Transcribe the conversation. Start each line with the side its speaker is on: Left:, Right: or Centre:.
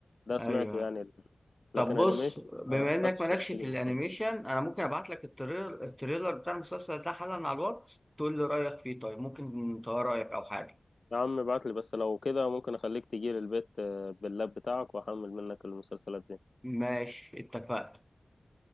Left: ده سمعته
Centre: ايوه
Left: يعني
Centre: طب
Left: لكن
Centre: بص
Left: أنيميشن
Centre: بما
Left: ما
Centre: انك
Left: خدتش
Centre: مالكش
Left: التجربة
Centre: في الانيميشن
Left: خالص
Centre: انا ممكن ابعت لك التريلر التريلر بتاع المسلسل ده حالا على الواتس تقول لي رايك فيه طيب ممكن تغير رايك او حاجه
Left: يا عم ابعت لي بس لو كده ممكن أخليك تجي لي البيت آه، باللاب بتاعك وأحمل منك المسلسلات دي
Centre: ماشي اتفقنا